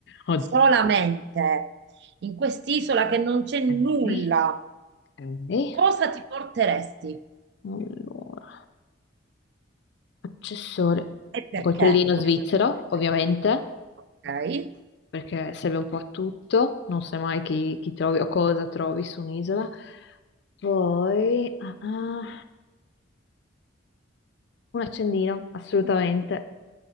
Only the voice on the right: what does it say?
solamente in quest'isola che non c'è nulla,
cosa ti porteresti?
E perché?
Voglio
sapere anche il perché.
Ok.